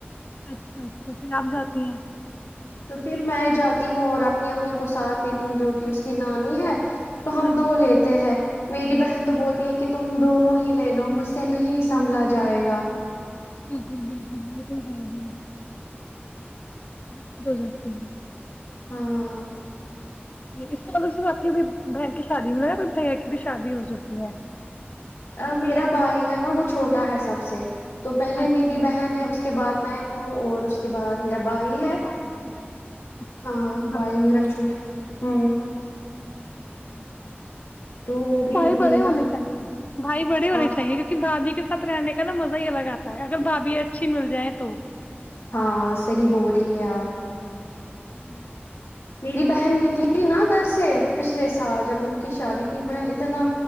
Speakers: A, on the left; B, on the left.
A: اچھا اچھا پھر آپ جاتی ہیں
B: تو پھر میں جاتی ہوں اور اپنی امی کو ساتھ دیتی ہوں جو کہ اس کی نانی ہے تو ہم
A: ہاں
B: دو
A: جی
B: لیتے ہیں میری بہن تو بولتی ہے کہ تم دونوں ہی لے لو مجھ سے نہیں سنبھلا جائے گا
A: بالکل بالکل یہ تو ہے ہی دققت ہو جاتی ہیں
B: ہاں
A: اس مطلب صرف آپ کی بہن کی شادی میںیا بھیا کی بھی شادی ہو چکی ہے
B: ا میرا بھائی ہے نا وہ چھوٹا ہے سب سے تو پہلے
A: اچھا
B: میری
A: اچھا
B: بہن ہے اس کے بعد میں ہوں اور اس کے بعد میرا بائی ہے
A: آپ کا بھائی
B: ہاں بائی
A: آپ کا
B: میرا
A: بھائی
B: چھوٹا
A: <inaudible>
B: تو وہ بھی
A: بھائی
B: ابھی
A: بڑے
B: نا
A: ہونے چاہیے بھائی بڑے ہونے
B: ہاں
A: چاہیے کیونکہ بھ بھیی کے ساتھ رہنے کا نا مزہ ہی الگ آتا ہے اگر بھابھی اچھی مل جائے تو
B: ہاں صحی بول رہی ہے آپ
A: <inaudible>
B: میری بہن نکلی نا گھر سے پچھلے سال جب ان کی شادی میں اتنا